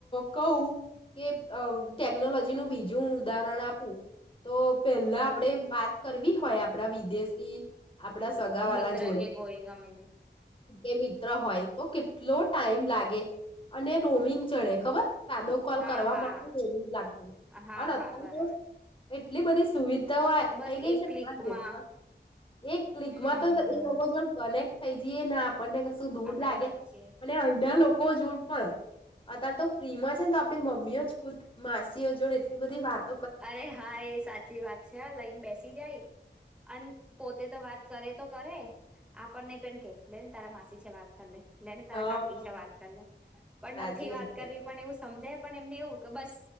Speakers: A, on the left (about 30°); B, in the centre.
A: કહું કે ટેકનોલોજી નું બીજું ઉદાહરણ આપું તો પહેલા આપણેે વાત કરવી હોય આપણા વિદેશી આપણા સગાવાલા
B: મિત્રા
A: જોડે
B: કે ગોયંગ મ
A: કે મિત્ર હોય તો કેટલો ટા ટાઈમ લાગે અને રોમીંગ ચડે ખબર સાદો કોલ
B: હા
A: કરવામાં
B: હા
A: પણલું જ લાગતું
B: હા
A: અત્યારે
B: હા બરાબર
A: તો એટલી બધી સુવિધા તો
B: બસ
A: થઈ ગઈ
B: એક
A: છે
B: ક્લિકમાં
A: ને એક ક્લિકમાં
B: હમ
A: તો એ લોકો જો કનેક્ટ થાય જેના આપને કશું દૂર
B: આપડે
A: લાગે
B: વાત છે
A: અને અ લોકો <unintelligible> જોડ પણ અત્યારે તો ફ્રી માં છે ને તો આપણી મમ્મીઓ જ ખુદ માસીઓ જોડ એટલી બધી વાત
B: અરે હા એ સાચી વાત છે હ લઈને બેસી જાય અને પોતે તો વાત કરે તો કરે આપણને પણ કે લેને તારા માસી છે વાત કરી લે. લેને તારા
A: હા
B: કાકી છે વાત કરી લે પણ
A: સાચી
B: નથી વાત કરવી
A: છે
B: પણ એવું સમજે પણ એમને એવું કે બસ